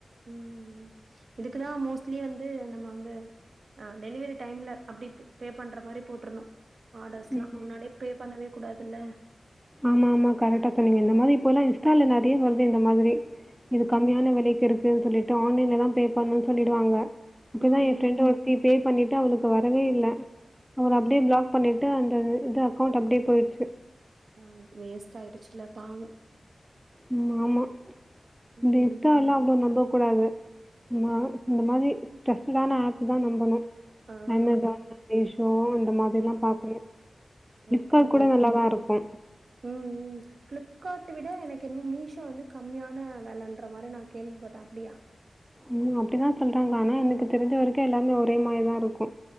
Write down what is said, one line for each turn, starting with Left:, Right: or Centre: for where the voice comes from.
Right: ம் ம் இதுக்குதான் மோஸ்ட்லி வந்து நம்ம வந்து அஹ் டெலிவரி டைம்ல அப்டிப் பேப்பண்ற மாரி போட்ருணும் ஆர்டர்ஸ்லாம்
Centre: ம்.
Right: முன்னாடியே பே பண்ணவே கூடாதுல்ல
Centre: ஆமாமா கரெக்டா சொன்னிங்க இந்த மாதிரி இப்ப எல்லாம் இன்ஸ்டால நெற அப்டியே வருது இந்த மாதிரி இது கம்மியான
Right: ம், ம்,
Centre: விலைக்கு இருக்குன்னு சொல்லிட் டு ஆன்லைன்ல தான் பே பண்ணனு சொல்லிடுவாங்க அப்படிதான்
Right: ம்.
Centre: என் பிரெண்டு ஒருத்தி பே பே பண்ணிட்டு அவளுக்கு வரவே இல்ல அவள அப்டியே பிளாக் பண்ணி ட்டு அந்த இது அக்கௌண்ட்டு அப்டியே போயிடுச்சு
Right: ஆ வேஸ்ட் ஆய்டுச்சுல பாவ
Centre: ம் ஆமா இந்த
Right: ம்.
Centre: இன்ஸ்டால்லா அவ்வளவு நம்ம கூடாது இந்த நா இந்தமாரி டீரஷ்டடான ஆப்ஸ் தா நம்பணு
Right: ஆ.
Centre: அமேசான் மீஷோ அந்த மாரில்லா
Right: ஆ
Centre: பாக்கணு பிளிப்கார்ட்
Right: ஓகே, ஓகே.
Centre: கூட நல்லாதா இருக்கு
Right: ம் பிளிப் இது விட எனக்கு என்னமோ மீசோ வந்து கம்மியான வெலன்றமாரி நா கேள்விப்பட்ட அப்டியா
Centre: ம் அப்டித்தா சொல்றாங்கா ஆனா எனக்கு தெரிஞ்ச வரைக்கு எல்லாமே ஒரே மாரிதா இருக்கு